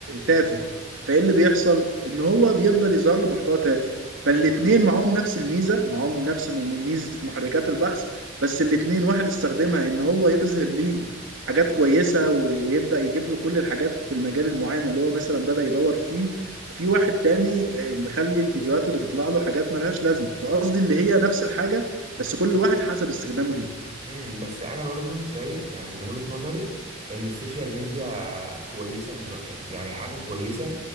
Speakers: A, on the right (about 85°); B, on the right (about 30°).
A: تافه فايه اللي بيحصل ان هو بيفضل يظهر له محتوى تافه فالاتنين
B: بالظبط.
A: معاهم نفس الميزه معاهم نفس ميزه محركات البحث بس الاتنين واحد استخدمها ان هو يظهر ليه حاجات كويسة و- ويبدأ يجيب له كل الحاجات في المجال المعين اللي هو مثلا بدأ يدور فيه وفي واحد تاني آه، مخلي الفيديوهات اللي تطلع له حاجات ملهاش لازمة فقصدي اللي هي نفس الحاجة بس كل واحد حسب استخدامه ليه
B: امم بس انا برضو شايف يعني من وجهة نظري ان السوشيال ميديا كويسة مش وحشة يعني حاجة كويسة